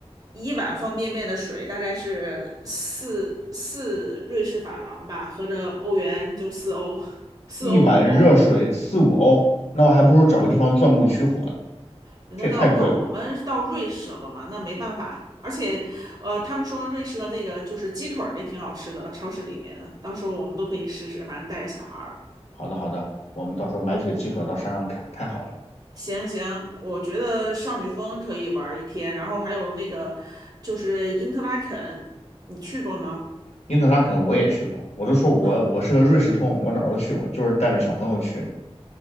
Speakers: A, on the right; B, on the left.
A: 一碗方便面的水大概是四四瑞士法郎吧，合着欧元就四欧，
B: <laughs>
A: 四欧五欧。
B: 一碗热水四五欧，那我还不如找个地方钻木取火
A: 那到那我们到瑞士了嘛，
B: 这也太贵了。
A: 那没办法，而且，呃，他们说瑞士的那个就是鸡腿儿也挺好吃的，超市里面的，到时候我们都可以试试，反正带着小孩儿。
B: 好的，好的，我们到时候买几个鸡腿到山上啃，太好了。
A: 行行，我觉得少女峰可以玩一天，然后还有那个就是因特拉肯，你去过吗？
B: 因特拉肯我也去过，我都说我我是个瑞士通，
A: 好
B: 我哪儿都去过，就是带着小朋友去的。